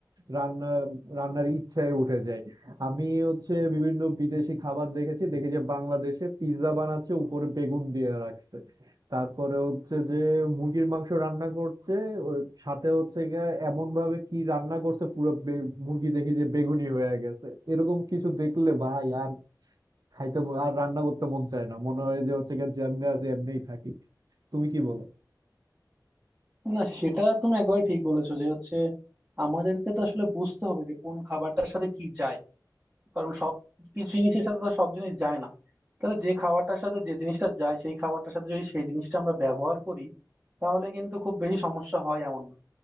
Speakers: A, on the right (about 60°); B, on the right (about 20°).
A: রান্না রান্নার ইচ্ছায় উঠে যায় আমি হচ্ছে বিভিন্ন বিদেশি খাবার দেখেছি দেখে যে বাংলাদেশে পিৎজা বানাচ্ছে উপরে বেগুন দিয়ে রাখছে তারপরে হচ্ছে যে মুরগির মাংস রান্না করছে ওর সাথে হচ্ছে গিয়া এমন ভাবে কি রান্না করছে পুরো বে- মুরগি দেখি যে বেগুনি হয়ে গেছে এরকম কিছু দেখলে ভাই আর খাইতে মন- আর রান্না করতে মন চায় না মনে হয় যে হচ্ছে গিয়া যেমনি আছে এমনিই থাকি তুমি কি বলো
B: না সেটা তুমি একেবারে ঠিক বলেছো যে হচ্ছে আমাদেরকে তো আসলে বুঝতে হবে যে কোন খাবারটার সাথে কি যায় কারণ সব কিছু জিনিসের সাথে তো সব জিনিস যায় না তাহলে যে খাবারটার সাথে যে জিনিসটা যায় সেই খাবারটার সাথে যদি সেই জিনিসটা আমরা ব্যবহার করি তাহলে কিন্তু খুব বেশি সমস্যা হয় এমন না